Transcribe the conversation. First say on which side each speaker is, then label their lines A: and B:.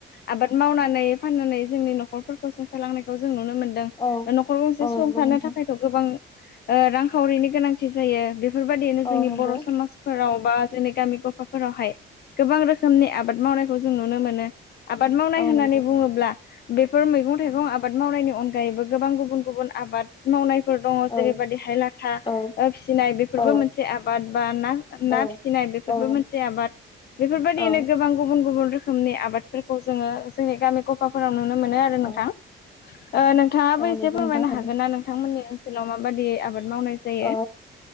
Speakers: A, on the left; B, on the left.
A: आबाद मावनानै फाननानै जोंनि न'खरफोरखौ सुंथालांनायखौ जों नुनो मोनो। मोनदों
B: औ
A: ओ न'खर गंसे
B: औ नंगौ
A: सुंथानो
B: नोंथां
A: थाखायथ' गोबां ओ रांखावरिनि गोनांथि जायो बे। बेफोरबायदियैनो
B: औ
A: जोंनि
B: नंगौ
A: बर' समाजफोराव बा जोंनि गामि गफाफोरावहाय। गोबां रोखोमनि आबाद मावनायखौ जों नुनो मोनो आबाद मावनाय
B: औ
A: होननानै
B: नंगौ
A: बुङोब्ला। बेफोर मैगं थाइगं आबाद मावनायनि अनगायैबो गोबां गुबुन गुबुन आबाद मावनाय। फोर दङ
B: औ औ
A: जेरैबायदिहाय लाथा
B: औ
A: फिसिनाय बेफोरबो
B: औ
A: मोनसे आबाद बा ना
B: औ
A: ना फिसिनाय। बेफोरबो
B: औ नों
A: मोनसे आबाद। बेफोरबायदियैनो
B: औ
A: गोबां गुबुन गुबुन रोखोमनि आबादफोरखौ जोङो जोंनि गामि गफाफोराव। नुनो मोनो आरो
B: औ
A: नोंथां ओ नोंथाङाबो
B: औ
A: एसे
B: नंगौ
A: फोरमायनो
B: नोंथां औ
A: हागोन ना नोंथांमोननि। ओनसोलाव मा बायदि आबाद। मावनाय जायो
B: औ